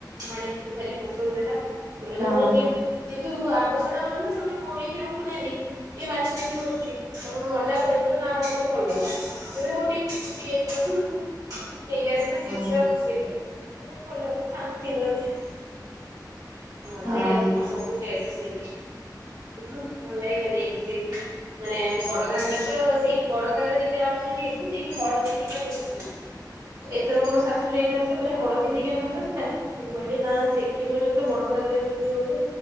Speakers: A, on the right; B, on the right.
A: ଭାଣେଜୀକୁ ଭାରି ପସନ୍ଦ ହେଲା, ମୁଁ କହିଲି
B: ହଁ।
A: ହଉ ନିଅ। କିନ୍ତୁ ଆମ୍ବ ସଡା ମାନେ ସେମାନେ ଘୋଳେଇକି ରଖୁନାହାନ୍ତି ଟିକେ ମାଛି ବ ଚି ତାପରେ ମନା କରେ ନା ନା ମତେ ଭଲ ଲାଗୁଛି ମୁଁ କହିଲି ଟିକେ ହଉ ଭିତରକୁ ଟିକେ ଦିଅନ୍ତୁ। ନେଇକି ଆସିଲା ସିଏ
B: ହଁ
A: ପୁରା ଖୁସିରେ ଖାଇଲେ, ମୁଁ କହିଲି ଭଲ ଲାଗୁଛି ଖାଆନ୍ତୁ ଦିନେ ଅଧେ। ନହେଲେ
B: ହଁ
A: ସବୁ ଟେଷ୍ଟ ସେଇଠି, ଭଲ ଲାଗିଲା ଯାଇକି ସେଇଠି। ମାନେ ବଡଘାଗରା ତ ସେଇଠି ବଡ ଘାଗରା ଜେଭେ ଆଉ ଥରେ ଯାଇଥିଲୁ ସେଇଠି ହଳଦୀ ହେରିକା ସବୁ ଥିଲା।
B: <inaudible>
A: ଏଥରକ ମୋ ଶାଶୁ ଯାଇନଥିଲେ କହିଲେ ହଳ ଧୀରିକା ମିଳୁନଥିଲା, ମୁଁ କହିଲି ନା ସେଇଠି ମିଳୁନଥିଲା ବଡଘାଗେରାରେ ମିଳୁଛି ବୋଧେ।